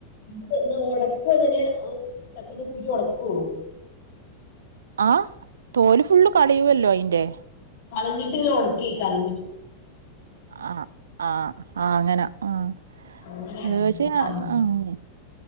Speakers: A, on the left; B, on the right.
A: ഇത് എന്നാ എടക്കങ്ങനെ സച്ചിന്റെ <unintelligible>
B: ആഹ് തോല് ഫുള്ള് കളയുവല്ലൊ അയിന്റെ
A: കളഞ്ഞിട്ടില്ലെ ഒടക്കിവെക്കാന്ന്
B: ആഹ് ആഹ് ആഹ് അങ്ങന ആഹ്
A: അങ്ങനെയാണ്
B: അത് പക്ഷെ
A: കൂട്ടാൻ
B: ആഹ്
A: പോണത്
B: അഹ്